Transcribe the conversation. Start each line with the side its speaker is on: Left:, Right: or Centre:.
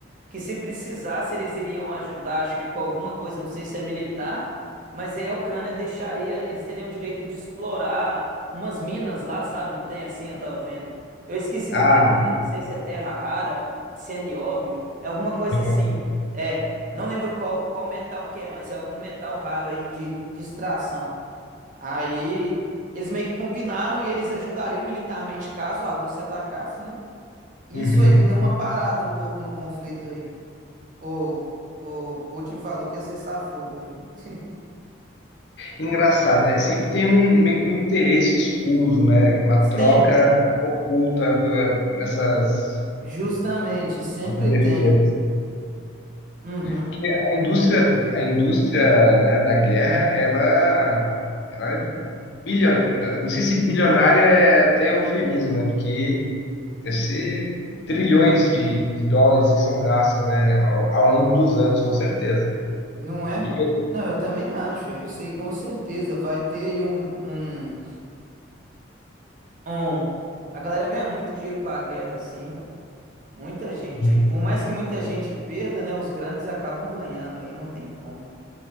Right: que se precisasse eles iriam ajudar, acho que com alguma coisa, não sei se é militar, mas aí a Ucrânia deixaria, eles teriam direito de explorar umas minas lá, sabe? Não tem assim, eu tava vendo. Eu esqueci
Left: Ah,
Right: do que que é, não sei se é terra rara, se é nióbio, é alguma coisa assim.
Left: óbvio.
Right: É, não lembro qual, qual metal que é, mas é algum metal raro aí de, de extração. Aí eles meio que combinaram e eles ajudariam militarmente caso a Rússia atacasse, né? Isso
Left: Uhum.
Right: aí deu uma parada um pouco no conflito aí. Ou, ou Putin falou que ia cessar fogo aí. <laughs>
Left: Engraçado, né? Sempre tem um meio que um interesse escuso, né? Uma troca
Right: Sempre,
Left: oculta pela essas
Right: justamente, sempre
Left: besteiras.
Right: tem. Uhum,
Left: Porque a indústria, a indústria, né, da guerra, ela, ela é bilionária. Não sei se bilionária é até eufemismo, né? Porque deve ser trilhões de, de dólares que são gastos, né, ao, ao longo dos anos, com certeza.
Right: não é?
Left: E,
Right: Não, eu também acho. é Isso aí com certeza vai ter aí um, um, um... A galera ganha muito dinheiro com a guerra, assim, ué. Muita gente,
Left: assim,
Right: por mais que muita gente perda, né, os grandes acabam ganhando, aí não tem como,